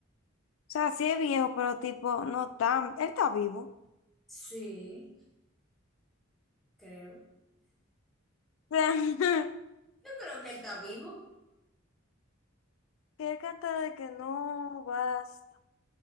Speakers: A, on the left; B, in the centre.
A: sea, sí es viejo, pero tipo, no tan. Él está vivo.
B: Sí, creo.
A: <laughs>
B: Yo creo que él está vivo.
A: Que él canta de que no vas.